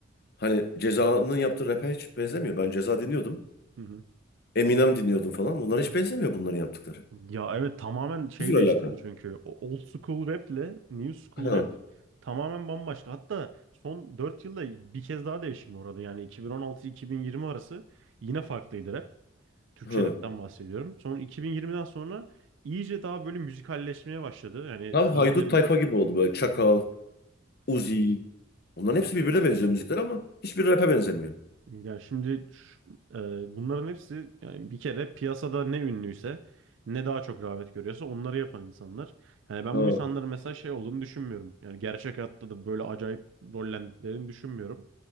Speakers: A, on the left; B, on the right.
A: hani Ceza'nın yaptığı rap'e hiç benzemiyor. Ben Ceza dinliyordum.
B: Hı hı.
A: Eminem dinliyordum falan. Bunlar hiç benzemiyor bunların yaptıkları.
B: Ya evet tamamen şey
A: Sıfır alaka.
B: değiştirdi çünkü. O- Old school rap ile new school
A: Hı,
B: rap tamamen bambaşka. Hatta son 4 yılda bir kez daha değişim uğradı. Yani 2016-2020 arası yine farklıydı rap. Türkçe
A: hı.
B: rapten bahsediyorum. Sonra 2020'den sonra iyice daha böyle müzikalleşmeye başladı. Yani
A: Tam
B: sözlerin...
A: haydut tayfa gibi oldu böyle. Çakal, Uzi. Bunların hepsi birbirine benziyor müzikler ama hiçbir rap'e benzemiyor.
B: Ya şimdi ş- e, bunların hepsi yani bir kere piyasada ne ünlüyse ne daha çok rağbet görüyorsa onları yapan insanlar. Yani ben
A: Ha.
B: bu insanların mesela şey olduğunu düşünmüyorum. Yani gerçek hayatta da böyle acayip rollendiklerini düşünmüyorum.